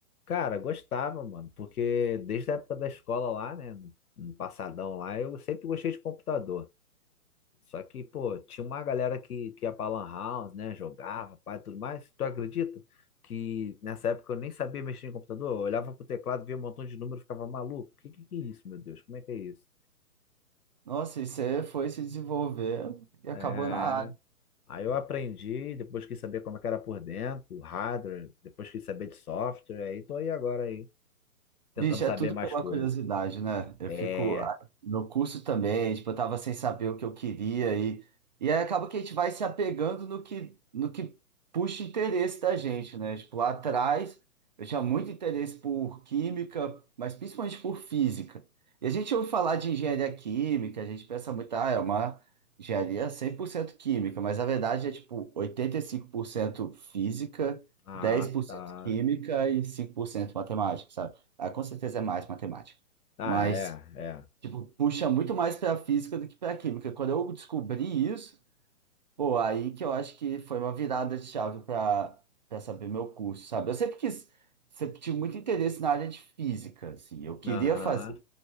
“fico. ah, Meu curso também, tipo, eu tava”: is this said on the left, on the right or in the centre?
Right